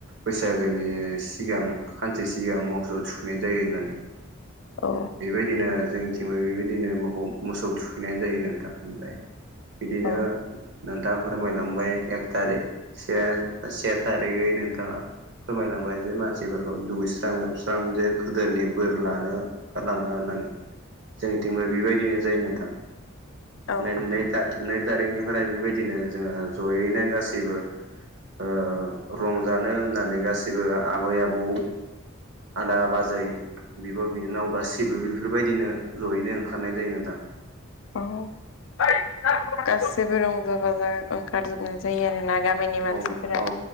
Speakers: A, on the right (about 60°); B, on the left (about 75°).
A: बैसागोनि सिगां खानसे सिगां मोसौ थुखैनाय जायो होननानै।
B: औ
A: बेबायदिनो जोंनिथिंबो बेबायदिनो मोखौ मोसौ थुखैनाय जायो नोंथां ओमफ्राय बिदिनो
B: औ
A: नोंथाङा फोरमायलांबाय एक थारिक से से तारि गाय नोंथां आ फोरमायलांबाय जे मानसिफोरखौ दुगैस्रां लोबस्रां जे गोदोनि बोर लानो लाङो होननानै जोंनिथिंबो बेबायदिनो जायो नोंथां।
B: औ
A: बे नै था नै थारिखनिफ्राय बेबायदिनो जोङो जयैनो गासैबो ओ रंजानो होननानै गासिबो आबै आबौ आदा बाजै बिब' बिनानाव गासैबो बेफोरबायदिनो ज'यैनो ओंखारनाय जायो नोंथां।
B: औ <unintelligible> गासिबो रंजा बाजा ओंखारजोबनाय जायो आरो ना गामिनि मानसिफोरा
A: औ औ